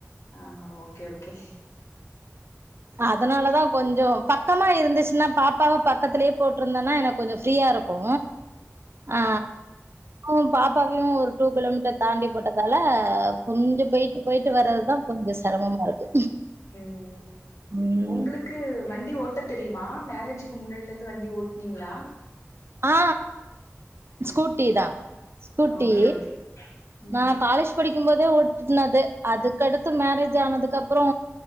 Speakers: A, on the left; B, on the right.
A: ஆ ஓகே ஓகே
B: அதனாலதா கொஞ்சோ பக்கமா இருந்துச்ன்னா பாப்பாவ பக்கத்திலயே போட்ருந்தன்னா எனக்கு கொஞ்சோ ஃப்ரீயா இருக்கு ஆ உ பாப்பாவையு ஒரு டூ கிலோமீட்டர் தாண்டி போட்டதால கொஞ்சோ பெய்ட்டு பெய்ட்டு வர்றதுதா கொஞ்சோ செரமமா இருக்கு
A: ம்
B: ம்
A: உங்ளுக் கு வண்டி ஓட்ட தெரியுமா மேரேஜுக்கு முன்னாடிலந்து வண்டி ஓட்டுனீங்ளா
B: ஆ ஸ்கூட்டி தா ஸ்கூட்டி
A: ஓகே ஓகே ம்
B: நா காலேஜ் படிக்கு போதே ஓட்டுனது அதுக்கடுத்து மேரேஜ் ஆனதுக்கு அப்றோ